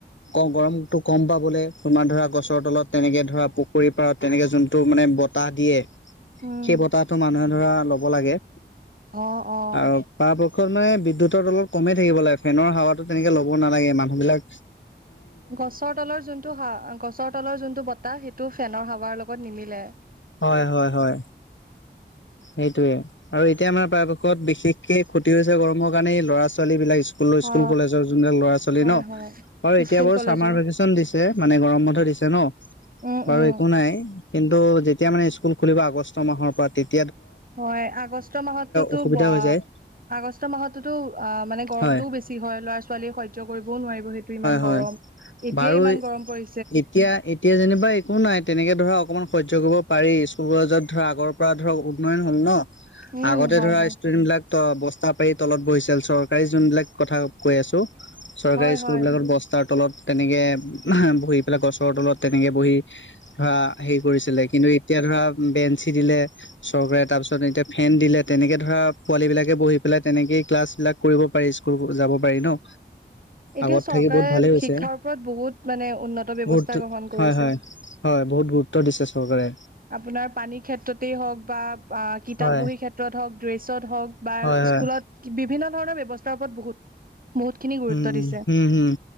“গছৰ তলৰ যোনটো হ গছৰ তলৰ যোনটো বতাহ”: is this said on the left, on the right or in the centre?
Right